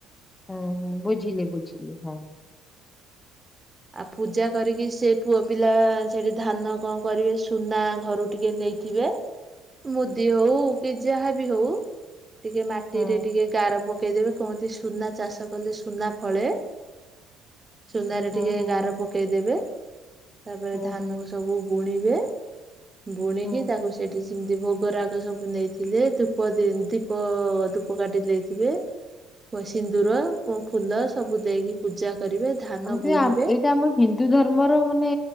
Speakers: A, on the left; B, on the right.
A: ହୁଁ ହୁଁ ବୁଝିଲି, ବୁଝିଲି ହଁ
B: ଆଉ ପୂଜା କରିକି ସେ ପୁଅ ପିଲା ସେଠି ଧାନ କଣ କରିବେ ସୁନା ଘରୁ ଟିକେ ଦେଇଥିବେ ମୁଦି ହଉ କି ଯାହା ବି ହଉ ଟିକେ ମାଟିରେ
A: ହୁଁ
B: ଟିକେ ଗାର ପକେଇଦେବେ କହନ୍ତି ସୁନା ଚାଷ କଲେ ସୁନା ଫଳେ। ସ <unintelligible>
A: ହୁଁ
B: ଟିକେ
A: ହୁଁ
B: ଗାର ପକେଇଦବେ ତାପରେ
A: ହୁଁ
B: ଧାନକୁ
A: ହୁଁ
B: ସବୁ ବୁଣିବେ। ବୁଣିକି
A: ହୁଁ
B: ତାକୁ ସେଠି ଯେମିତି ଭୋଗ ରାଗ ସବୁ ନେଇଥିଲେ ଧୂପ ଦୀପ ଧୂପ କାଟି ଦେଇଥିବେ। ସିନ୍ଦୁର ଫୁଲ ସବୁ ଦେଇକି ପୂଜା କରିବେ ଧାନ
A: ଆମକୁ
B: ବୁଣିବେ
A: ଏଇଟା ଆମ ହିନ୍ଦୁ ଧର୍ମର ମାନେ